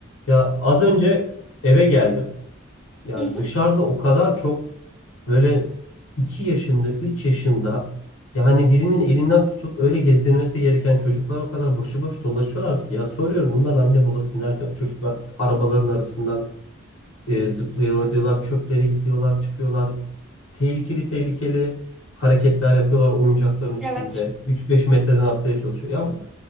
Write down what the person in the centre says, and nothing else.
Hı hı,
evet.